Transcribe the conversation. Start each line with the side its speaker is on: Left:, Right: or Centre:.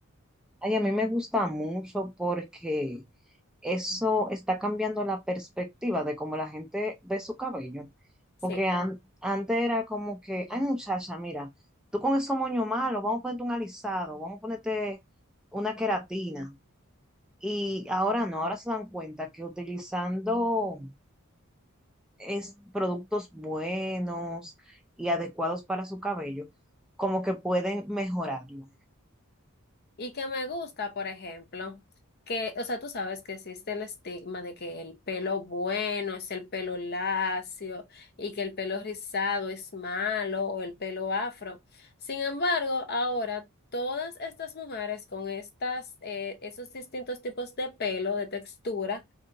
Centre: Ay, a mí me gusta mucho porque eso está cambiando la perspectiva de cómo la gente ve su cabello.
Left: Sí.
Centre: Porque an- antes era como que, ay muchacha, mira, tú con esos moños malos, vamos a ponerte un alisado, vamos a ponerte una queratina. Y ahora no, ahora se dan cuenta que utilizando es, productos buenos y adecuados para su cabello, como que pueden mejorarlo.
Left: Y que me gusta, por ejemplo, que, o sea, tú sabes que existe el estigma de que el pelo bueno es el pelo lacio y que el pelo rizado es malo o el pelo afro. Sin embargo, ahora todas estas mujeres con estas, eh, esos distintos tipos de pelo, de textura,